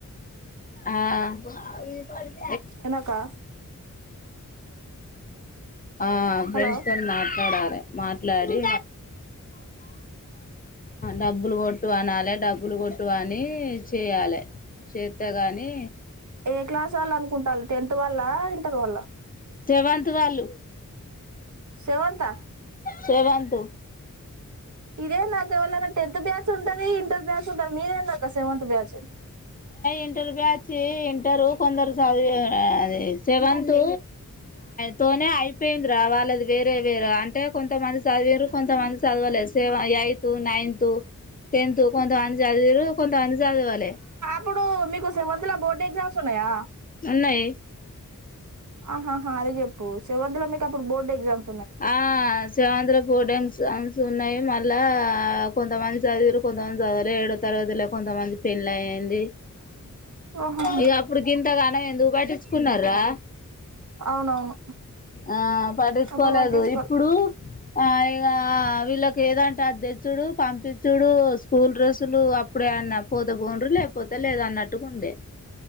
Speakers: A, on the left; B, on the right.
A: ఆ
B: ఎనకా
A: ఆ ఫ్రెండ్స్
B: హలో
A: దం మాట్లాడారే మాట్లాడి డబ్బులు కొట్టు అనాలి డబ్బులు కొట్టు అని చేయాలి చేస్త కాని
B: ఏ క్లాస్ వాళ్ళు అనుకుంటారు టెన్త్ వాల్ళ ఇంటర్ వాల్ల
A: జవంత్ వాళ్ళు
B: శవంత
A: సవతు
B: ఇదే నాకు ఎవళనా టెన్త్ బ్యాచ్ ఉంటది ఇంటర్ బ్యాచ్ ఉంటది మీరే నాక సెవెంత్ బ్యాచ్
A: ఇంటర్ బ్యాచ్చి ఇంటరు కొందరు చదివ సెవెన్త్ తనే అయిపోయింది రా వాళ్ళది వేరే వేరే అంటే కొంతమంది చదివరు కొంతమంది చదవలేదు సెవ ఎయిత్ నైన్త్ టెన్త్ కొంతమంది చదివరు కొంతగాని జదు వాల
B: ఇప్పుడు మీకుస కొంతందులా బోర్డ్ ఎగ్జమ్సయా
A: ఉన్నాయి
B: ఆహాహా అదే చెప్పు సెవెంత్ లో మీకు అప్పుడు బోర్డు ఎగ్జామ్
A: ఆ సవాండ్ర పోడన్స్ ఉన్నాయి మ లా కొంతమంది చదివురు కొంతమంది చదివలే ఏడో తరగతిలో కొంతమంది పెళ్లి అయ్యంది
B: ఓహోహో
A: ఇక అప్పుడు గింతగానం ఎందు పట్టించుకున్నారా
B: అవునవును
A: ఆ పటించుకోలేదు
B: అప్పుడు పట్టించుకోరు
A: ఇప్పుడు ఆ ఇ వీళ్ళకి లేదంటే అది తెచ్చుడు పంపించుడు స్కూల్ డ్రెస్సులు అప్పుడే అన్న పోతే పొండ్రి లేకపోతే లేదన్నట్టుగా ఉండే